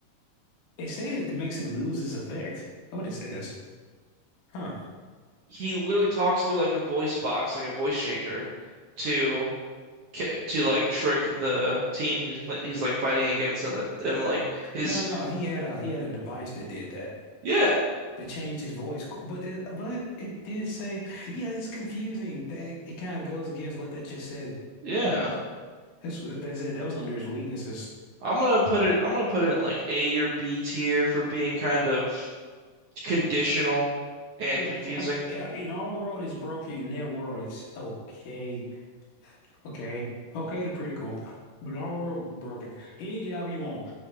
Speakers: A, on the left (about 75°); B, on the right (about 65°).
A: they said it makes it lose its effect. That's what it says. Huh.
B: He literally talks through like a voice box, like a voice changer to ca- to like trick the team he's play he's like fighting against and the and like his
A: No, no, he had a he had a device that did that.
B: yeah,
A: That changed his voice. But it but it did say, yeah, it's confusing. That it kind of goes against what that just said.
B: yeah.
A: Hmm. That's what they said. That was under his weaknesses.
B: I'm gonna put it I'm gonna put it in like A or B tier for being kind of conditional and
A: Yeah,
B: confusing.
A: uh, yeah, in our world it's broken. In their world, it's okay. Okay. Okay, they're pretty cool. But our world broken. Any job you want.